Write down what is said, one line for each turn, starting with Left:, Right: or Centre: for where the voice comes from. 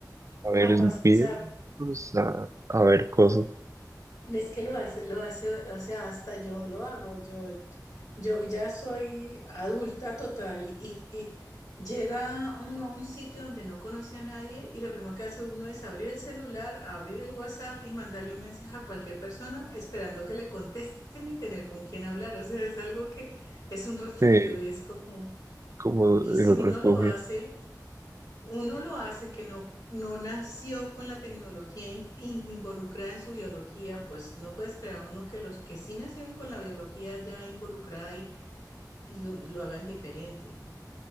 Right: a ver
Left: a pasar.
Right: videos, a, a ver cosas
Left: o, Es que lo hace, lo hace, o sea, hasta yo lo hago. Yo, yo ya soy adulta total y, y llega uno a un sitio donde no conoce a nadie y lo primero que hace uno es abrir el celular, abrir el WhatsApp y mandarle un mensaje a cualquier persona esperando que le contesten y tener con quién hablar. O sea, es algo que es un refugio,
Right: de
Left: es como,
Right: como
Left: y si
Right: el
Left: uno
Right: refugio.
Left: lo hace uno lo hace que no, no nació con la tecnología in- involucrada en su biología, pues no puede esperar uno que los que sí nacieron con la biología ya involucrada y lo, lo hagan diferente.